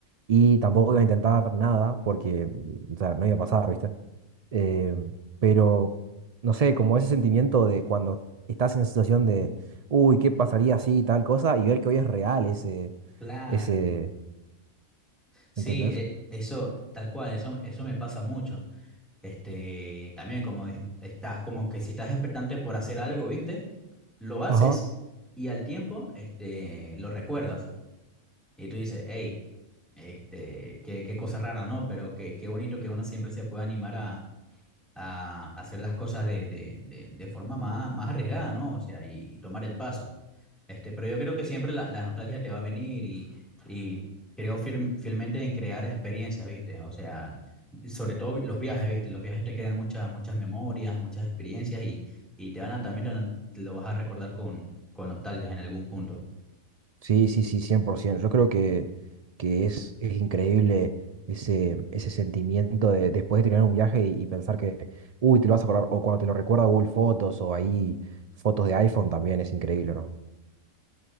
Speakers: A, on the right; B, in the centre.
A: Y tampoco iba a intentar nada porque, mm, o sea, no iba a pasar, ¿viste? Eh, pero, no sé, como ese sentimiento de cuando estás en esa situación de, uy, ¿qué pasaría si tal cosa? Y ver que hoy es real ese,
B: Claro.
A: ese,
B: Sí,
A: ¿entendés?
B: e- eso, tal cual, eso, eso me pasa mucho. Este, también como es- estás, como que si estás expectante por hacer algo, ¿viste? Lo haces
A: Ajá.
B: y al tiempo, este, lo recuerdas. Y tú dices, hey, este, qué, qué cosa rara, ¿no? Pero qué, qué bonito que uno siempre se pueda animar a, a hacer las cosas de, de, de, de forma más, más arriesgada, ¿no? O sea, y, y tomar el paso. Este, pero yo creo que siempre la, la nostalgia te va a venir y, y creo fiel- fielmente en crear experiencias, ¿viste? O sea, sobre todo los viajes, ¿viste? Los viajes te crean muchas, muchas memorias, muchas experiencias y, y te van a también te van a- te lo vas a recordar con, con nostalgia en algún punto.
A: Sí, sí, sí, 100%. Yo creo que, que es, es increíble ese, ese sentimiento de después de terminar un viaje y, y pensar que, uy, te lo vas a acordar, o cuando te lo recuerda Google Fotos o ahí fotos de iPhone también es increíble, ¿no?